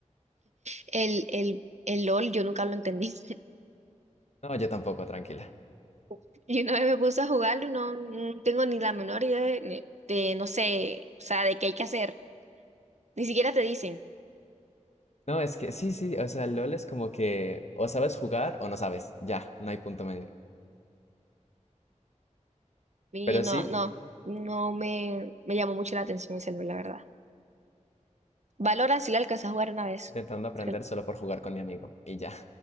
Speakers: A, on the right; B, on the left.
A: El, el, el LOL, yo nunca lo entendí.
B: No, yo tampoco, tranquila.
A: <laughs> Y una vez me puse a jugarlo y no, no tengo ni la menor idea de, de, no sé, o sea, de qué hay que hacer. Ni siquiera te dicen.
B: No, es que sí, sí, o sea, LOL es como que o sabes jugar o no sabes, ya, no hay punto medio.
A: Y
B: Pero
A: no,
B: sí,
A: no, no me, me llamó mucho la atención ese LOL, la verdad. Valorant sí lo alcancé a jugar una vez.
B: intentando aprender
A: Creo.
B: solo por jugar con mi amigo y ya.